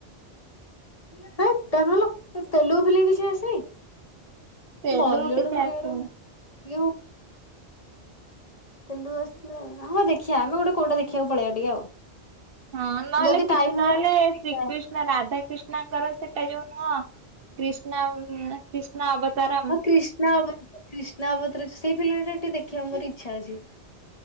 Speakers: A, on the left; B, on the right.
A: ଇଲ ହେଇ ଟା ନୁଲୋ ଏ ତେଲୁଗୁ ଫିଲ୍ମ କିଛି ଆସିନି।
B: ତେଲୁ
A: ବଲିଉଡ
B: କିଛି
A: ଫିଲ୍ମ
B: ଆସୁନି
A: ଗୁରା, ଇଏ କଁ ତେଲୁ ଆସିଥିଲା ହଁ ଦେଖିଆ ଆମେ ଗୋଟେ କୋଉଟା ଦେଖିବାକୁ ପଳେଇବା ଟିକେ ଆଉ।
B: ହଁ, ନହେଲେ
A: ଯଦି ଟାଇମ
B: କିଛି ନହେଲେ
A: ହୁଏ ତାହେଲେ ଟିକେ
B: ଶ୍ରୀକ୍ରୀଷ୍ଣା
A: ଦେଖିବା
B: ନା ରାଧା କ୍ରିଷ୍ଣାଙ୍କର ସେଟା ଯୋଉ ନୁହଁ କ୍ରିଷ୍ଣାମ୍ କ୍ରିଷ୍ଣା ଅବତାରମ୍।
A: ହଁ କ୍ରିଷ୍ଣା ଅବ କ୍ରିଷ୍ଣା ଅବତାର ସେଇ ଫିଲ୍ମ ଟା ଟିକେ ଦେଖିବାକୁ ମୋର ଇଚ୍ଛା ଅଛି।